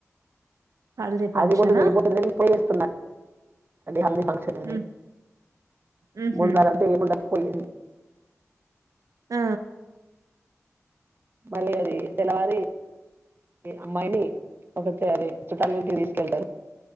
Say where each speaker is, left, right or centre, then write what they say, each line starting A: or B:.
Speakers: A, on the right; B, on the right.
A: హల్దీ ఫంక్షనా?
B: అది ముందు వెళ్ళిపోతు గాని పోయేస్తున్నా హల్ది ఫంక్షన్ అని
A: హ్మ్. హుహు.
B: ముందు నలంటే ఏముండక పోయేది
A: ఆ
B: మల్లి అది తెల్లవారి అమ్మాయిని ఒక అది చుట్టాల ఇంటికి తీసుకెళ్తారు.